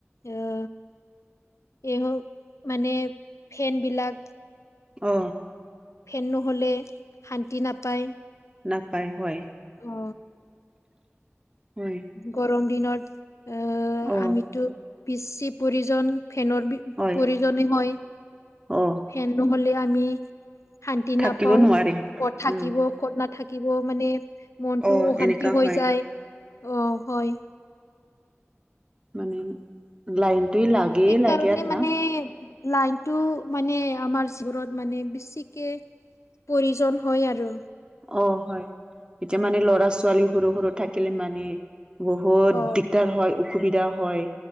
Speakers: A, on the left; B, on the right.
A: আ এই মানে ফেনবিলাক
B: অ।
A: ফেন নহ'লে শান্তি নাপায়।
B: নাপায় হয়।
A: অ।
B: হয়।
A: গৰম দিনত এ
B: অ
A: আমিতো বেছি প্ৰয়োজন ফেনৰ বি প্ৰয়োজনী
B: হয়
A: হয়।
B: অ।
A: ফেন নহলে, আমি শান্তি
B: থাকিব
A: নাপাওঁ।
B: নোৱাৰি
A: ক'ত থাকিব
B: উম
A: ক'ত নাথাকিব মানে মনটো
B: অ
A: অশান্তি
B: এনেকা
A: হৈ
B: হয়
A: যায়। অঁ হয়
B: মানে লাইনটো লাগেই
A: সেইকাৰণে
B: লাগে আৰু
A: মানে
B: না।
A: লাইনটো মানে আমাৰ জীৱনত মানে বেছিকে- প্ৰয়োজন হয় আৰু
B: অ হয় এতিয়া মানে ল'ৰা ছোৱালী সৰু সৰু থাকিলে মানে। বহুত
A: অ'
B: দিগদাৰ হয় অসুবিধা হয়,